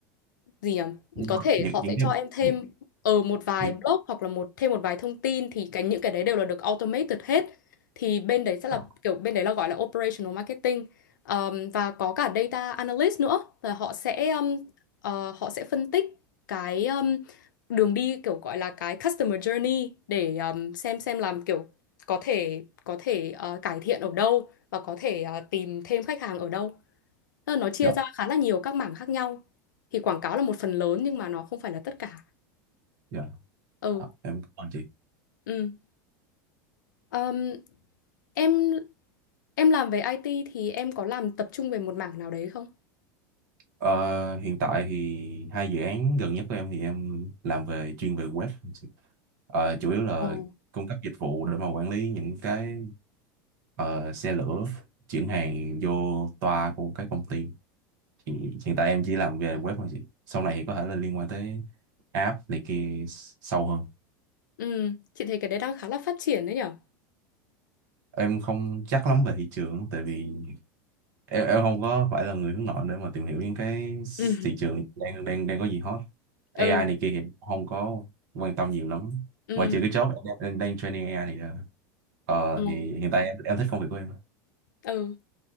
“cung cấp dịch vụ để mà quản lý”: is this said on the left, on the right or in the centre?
Right